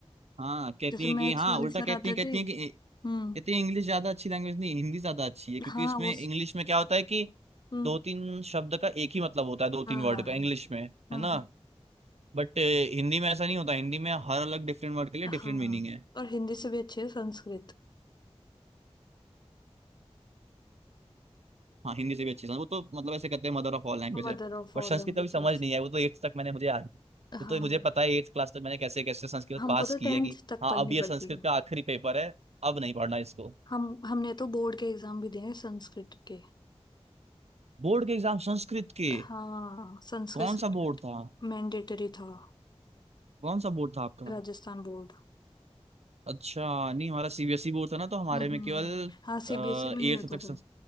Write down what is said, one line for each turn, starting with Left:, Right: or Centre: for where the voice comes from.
Right: हाँ कहती
Left: जैसे मैथ्स
Right: है कि हाँ
Left: वाले
Right: उल्टा
Left: सर
Right: कहती
Left: आते
Right: है कहती
Left: थे
Right: है कि
Left: हम्म
Right: कहती है इंग्लिश ज्यादा अच्छी लैंग्वेज नहीं हिंदी ज्यादा अच्छी है क्योंकि
Left: हाँ
Right: इसमें
Left: वो <laughs> स-
Right: इंग्लिश में क्या होता है कि
Left: हम्म
Right: दो तीन शब्द का एक ही मतलब होता है दो तीन
Left: हाँ
Right: वर्ड
Left: हाँ
Right: का
Left: हाँ
Right: इंग्लिश में
Left: हम्म
Right: है ना
Left: हम्म।
Right: बट हिंदी में ऐसा नहीं होता हिंदी में हर अलग डिफरेंट वर्ड के लिए
Left: हाँ
Right: डिफरेंट मीनिंग है
Left: और हिंदी से भी अच्छी है Sanskrit
Right: हाँ हिंदी से भी अच्छी समझ वो तो मतलब ऐसे कहते हैं मदर ऑफ ऑल लैंग्वेज
Left: Mother
Right: है
Left: of all
Right: बट संस्कृत
Left: languages
Right: अभी समझ नहीं आई वो तो एट्थ तक मैंने मुझे याद
Left: हाँ
Right: वो तो मुझे पता है एट्थ क्लास तक मैंने कैसे कैसे संस्कृत
Left: हमको
Right: पास
Left: तो
Right: की
Left: टेंथ
Right: है कि
Left: तक
Right: हाँ
Left: पढ़नी
Right: अब ये संस्कृत
Left: पड़ती है
Right: का आखिरी पेपर है अब नहीं पढ़ना इसको
Left: हम हमने तो बोर्ड के एग्जाम भी दिए हैं संस्कृत के
Right: बोर्ड के एग्जाम संस्कृत के
Left: हाँ संस्कृत
Right: कौन
Left: सब्जेक्ट
Right: सा बोर्ड था
Left: मैंडेटरी था
Right: कौन सा बोर्ड था आपका
Left: राजस्थान बोर्ड
Right: अच्छा नहीं हमारा सीबीएसई बोर्ड था ना तो हमारे
Left: हम्म
Right: में
Left: हम्म।
Right: केवल
Left: हाँ सीबीएसई
Right: एट्थ
Left: में नहीं होता
Right: तक
Left: था